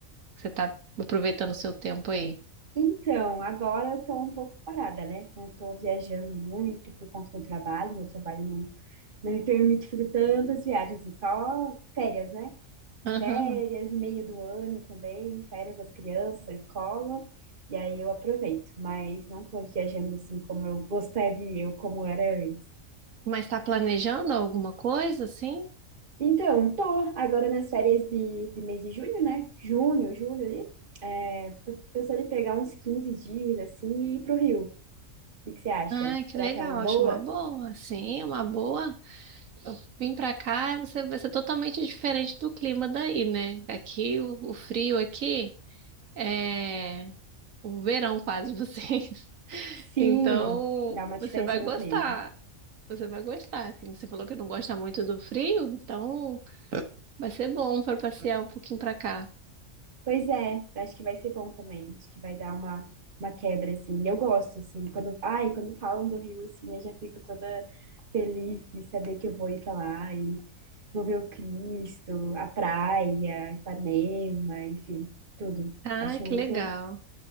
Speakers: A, on the right; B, on the right.
A: você tá aproveitando o seu tempo aí?
B: Então, agora eu tô um pouco parada, né? Não tô viajando muito por conta do trabalho. Meu trabalho não, não me permite fazer tantas viagens, é só férias, né?
A: Aham.
B: Férias, meio do ano também, férias das crianças, da escola. E aí eu aproveito, mas não tô viajando assim como eu gostaria, ou como era antes.
A: Mas tá planejando alguma coisa assim?
B: Então, tô agora nas férias de, de mês de junho, né? Junho, julho ali. É, tô pensando em pegar uns 15 dias, assim, e ir pro Rio. O que que você acha?
A: Ah, que
B: Será
A: legal,
B: que é uma boa?
A: acho uma boa. Sim, uma boa. Vim pra cá, você vai ser totalmente diferente do clima daí, né? Aqui, o, o frio aqui é o verão quase de vocês. <laughs>
B: Sim,
A: Então,
B: dá uma diferença
A: você vai
B: no
A: gostar.
B: clima.
A: Você vai gostar. assim. Você falou que não gosta muito do frio, então vai ser bom para passear um pouquinho pra cá.
B: Pois é, acho que vai ser bom também. Acho que vai dar uma, uma quebra, assim. Eu gosto, assim, quando... Ai, quando falam do Rio, assim, eu já fico toda feliz de saber que eu vou ir pra lá e vou ver o Cristo, a praia, Ipanema, enfim, tudo.
A: Ah,
B: Acho
A: que
B: muito...
A: legal.